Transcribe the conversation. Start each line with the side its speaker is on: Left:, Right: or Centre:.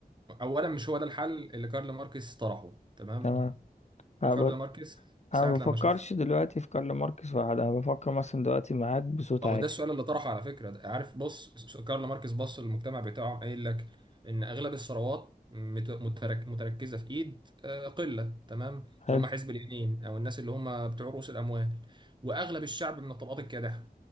Right: اولا مش هو ده الحل اللي كارل ماركس طرحه تمام
Left: تمام أنا
Right: كارل
Left: ب-
Right: ماركس ساعة
Left: أنا ما بفكرش
Right: لما شاف
Left: دلوقتي في كارل ماركس واحد أنا بفكر مثلا دلوقتي معاك بصوت
Right: اهو
Left: عالي
Right: ده السؤال اللي طرحه على فكره ده- عارف بص س- كارل ماركس بص للمجتمع بتاعهم قايل لك ان اغلب الثروات مت- مترك متركزه في ايد آه، قله تمام
Left: حلو
Right: اللي هم حزب اليمين او الناس اللي هم بتوع رؤوس الاموال واغلب الشعب من الطبقات الكادحه